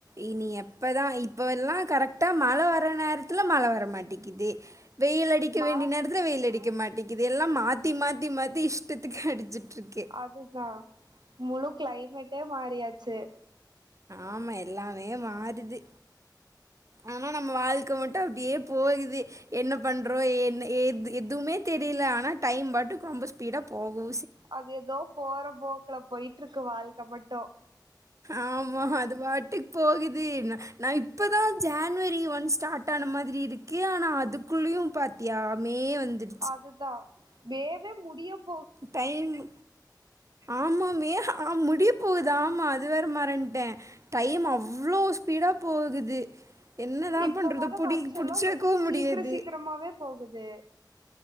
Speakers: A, on the right (about 45°); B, on the right (about 75°).
A: இனி எப்பதா இப்ப எல்லா கரெக்டா மழ வர நேரத்துல மழ வரமாட்டேக்கிது வெயிலட் அடிக்க
B: மழ
A: வேண்டிய நேரத்துல வெயில் அடிக்க மாட்டேக்குது எல்லாம் மாத்தி மாத்தி மாத்தி இஷ்டத்துக்கு அடிச்சுட்ருக்கு
B: அதுதா முலு கிளைமெட்டே மாறியாச்சு
A: ஆமா எல்லாமே மாறுது ஆனா நம்ம வாழ்க்க மட்டு அப்டியே போகுது என்ன பண்றோ என்ன எது எதுவுமே தெரியல ஆனா டைம் பாட்டுக்கு ரொம்ப ஸ்பீடா போகவு
B: அது ஏதோ போற போக்குல பொயிட்டு இருக்கு வாழ்க்க மட்டு
A: ஆமா அது பாட்டுக் போகுது நா நா இப்பதா ஜன்வரி ஒன் ஸ்டார்ட் ஆன மாதிரி இருக் கு ஆனா அதுக்குள்ளயு பாத்தியா மே வந்துட்
B: அதுதா மேவே முடியப்
A: டைமு ஆமா மேகா ஆ முடிய போகுது ஆமா‌ அது வேற மறன்ட்ட டைம் அவ்ளோ ஸ்பீடா போகுது என்னதான்
B: இப்போ
A: பண்றது?
B: வர
A: புடி
B: வருஷோல்லா
A: புடிச்சு
B: ரொம்ப
A: வைக்கவும்
B: சீக்கிர
A: முடியாது.
B: சீக்கிரமாவே போகுது